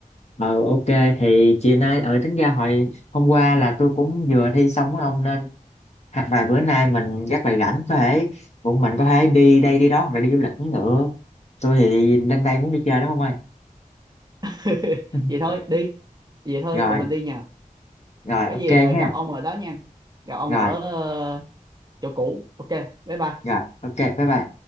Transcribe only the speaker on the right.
<laughs>
vậy thôi đi vậy thôi
tụi mình đi nha
có
gì ờ,
gặp ông ở đó nha gặp ông
ở ờ, chỗ cũ ok bye bye